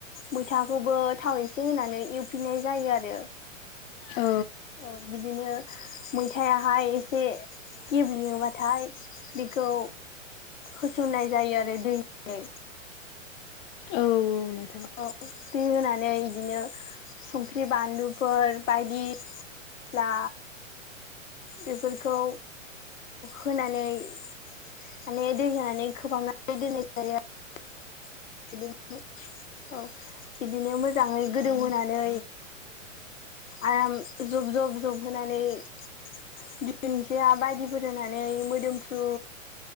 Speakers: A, on the left (about 75°); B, on the left (about 20°).
A: मैथाखौबो थाव एसे होनानै एव फिनाय जायो आरो।
B: औ
A: औ बिदिनो मैथायाहाय एसे गेब्लेङोबाथाय बेखौ होसननाय जायो आरो दै <unintelligible>
B: औ औ।
A: औ दै होनानै बिदिनो संख्रि बानलुफोर बायदि मस्ला बेफोरखौ होनानै औ माने दै होनानै खोबाब <unintelligible> <unintelligible> औ बिदिनो मोजाङै गोदौ होनानै आराम जब जब जब होनानै <unintelligible> बायदिफोर नानै मोदोमफ्रु